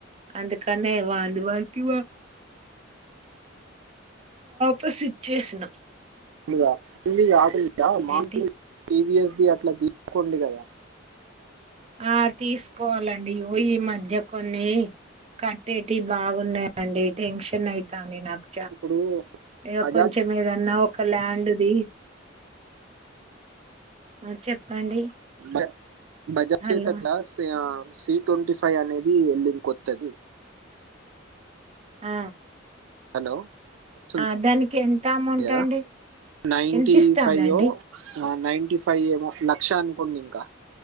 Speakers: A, on the right (about 30°); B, on the right (about 90°).
A: అందుకనే వాంది వాడికి ఇవ్వ తొసిచ్చేసిన
B: <inaudible> ఉంది ఇగ ఆకలి
A: ఏంటి
B: <unintelligible> టీ వి ఎస్ ఇది అట్లా తీసుకోండి కదా.
A: ఆ అట్ తీసుకోవాలండి, ఇగ పొయ్యి మ ధ్య కొన్ని కట్టేటి బాగున్నయండి, టెన్షన్ అయితాంది నాకు.
B: ఇప్పుడు
A: ఇగ
B: బజాజ్
A: కొంచెం ఏదన్ ఉన్న ఒక ల్యాండ్ ది, ఆ చెప్పండి?
B: ఇ బజాజ్
A: హలో
B: చేతక్ లా సియా సి ట్వంటీ ఫైవ్ అనేది ఎల్లింది కొత్తది.
A: ఆ
B: హలో స్తుంది
A: ఆ దానికి ఎంత అమౌంట్
B: గదా,
A: అండి
B: నైన్టీ
A: వినిపిస్తాందండి
B: ఫైవ్ ఓ ఆ నైన్టీ ఫైవ్ ఏమో లక్ష అనుకోండి ఇంకా,